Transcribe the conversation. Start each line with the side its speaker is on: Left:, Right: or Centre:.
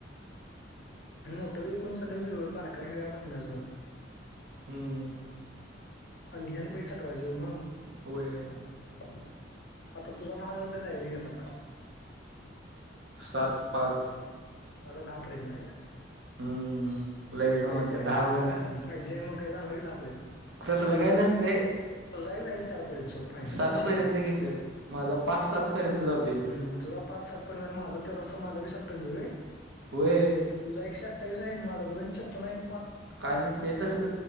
Left: मोठं विकुण सगळ वि बारका <unintelligible> घेऊ पटनास दोन.
Right: हम्म.
Left: आणि ह्याले आणि पैसे साठवायच ओ जम.
Right: होय.
Left: आता तुझा, दहा दहा हजार रुपयला जायची कसा पण.
Right: सात पात
Left: माझा दहा पर्यंत जाईल.
Right: हम्म लगेच
Left: पाहिजे
Right: म्हटलं दहा म्हण
Left: हम्म पाहिजे आहे मग काय चांगलं की दहापर्यंत
Right: तसलं काय नसते
Left: तो जाय जाईल चारपर्यंत सोड फायनल
Right: सात
Left: शेवट.
Right: पर्यंत घेतात माझा पाच सात पर्यंत जातो.
Left: हम् तुझा पाच सात पर् माझा तेवढासा माझा बी सात पर्यंत जाईल.
Right: होय
Left: तुझा एकशे अठ्ठावीस आहे माझा दोनशे छप्पन आहे.
Right: काय नाही ते तसंच